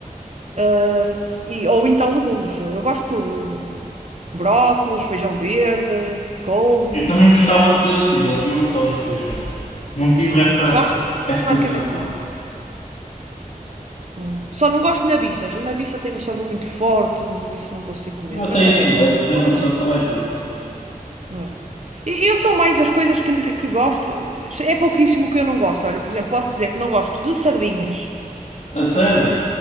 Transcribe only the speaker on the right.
Ah, e, ou então legumes. Eu gosto de tudo. Brócolos, feijão verde, couve.
Sim,
gosto de
praticamente
tudo. Olha, Só não gosto de nabiças. A nabiça tem um sabor muito forte, não- isso não consigo comer,
mas de
resto,
como
como
bem.
não é? E eu sou mais as coisas que, que gosto, é pouquíssimo que eu não gosto. Olha, por exemplo, posso dizer que não gosto de sardinhas,